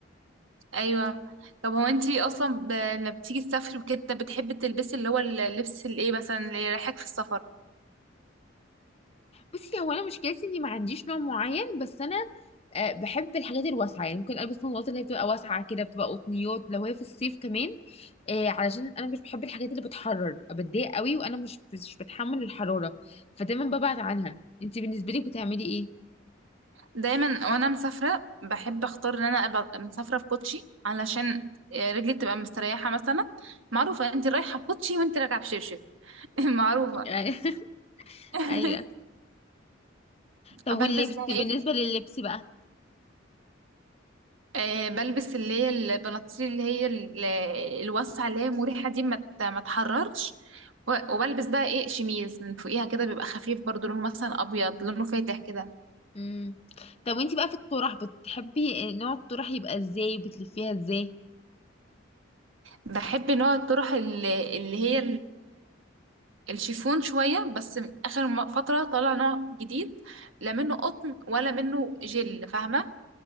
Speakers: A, on the right; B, on the left.
A: ايوه طب هو انت اصلا ب... لما بتيجي تسافري وكده بتحبي تلبسي اللي هو اللبس الايه مثلا اللي يريحك في السفر
B: بصي هو انا مشكلتي اني ما عنديش نوع معين بس انا آه، بحب الحاجات الواسعه يعني ممكن البس فانوات اللي هي بتبقى واسعه كده بتبقى قطنيات لو هي في الصيف كمان آه علشان انا مش بحب الحاجات اللي بتحرر بتضايق قوي وانا مش مش بتحمل الحراره فدايما ببعد عنها انت بالنسبه لك بتعملي ايه
A: دايما وانا مسافره بحب اختار ان انا ابقى مسافره في كوتشي علشان رجلي تبقى مستريحه مثلا معروفه انت رايحه بكوتشي وانت راجعه بشبشب <laughs> معروفه
B: <laughs>
A: <laughs>
B: ايوه طب
A: بلبس
B: واللبس
A: بقى
B: بالنسبه
A: ايه
B: لللبس بقى
A: آه، بلبس اللي هي البناطيل اللي هي ال- الواسعه اللي هي مريحه دي ما ت- ما تحررش و- وبلبس بقى ايه شميز من فوقيها كده بيبقى خفيف برضو لونه مثلا ابيض لونه فاتح كده
B: امم طب وانت بقى في الطرح بتحبي آه، نوع الطرح يبقى ازاي بتلفيها ازاي
A: بحب نوع الطرح ال- اللي هي الشيفون شوية بس آخر م- فترة طلع نوع جديد لا منه قطن ولا منه جل فاهمة